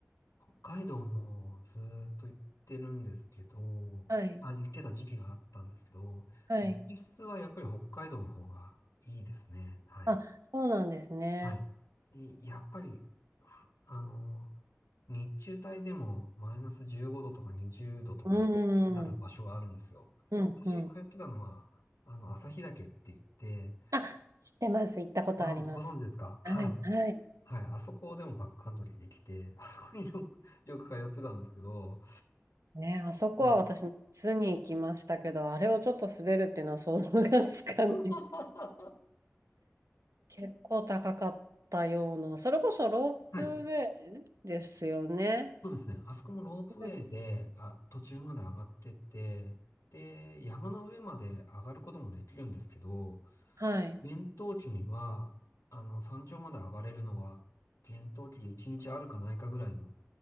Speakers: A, on the left; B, on the right.
A: 北海道もずーっと行ってるんですけど、
B: はい。
A: まあ、行ってた時期があったんですけど、
B: はい。
A: 雪質はやっぱり北海道の方がいいですね。はい。
B: あ、そうなんですね。
A: はい。いやっぱり、ふあの、日中帯でもマイナス15度とか20度とかになる場所があるんですよ。
B: うん。うん、
A: もう私通ってたのは、
B: うん。
A: あの、旭岳って言って、
B: あ、知ってます。行ったことあります。
A: ご存、ご存知ですかはい。
B: はい、はい。
A: はい。あそこでもバックカントリーできて、あそこによく、<laughs> よく通ってたんですけど、
B: ね、あそこは私、
A: の
B: 夏に行きましたけど、あれをちょっと滑るっていうのは想像がつかない。
A: <laughs>
B: 結構高かったような、それこそロープウェイですよね。
A: はい。そうですね。あそこもロープウェイで、
B: ロープウェイです
A: あ、途中まで上がってって、で、山の上まで上がることもできるんですけど、
B: はい。
A: 厳冬期には、あの、山頂まで上がれるのは、厳冬期で1日あるかないかぐらいの、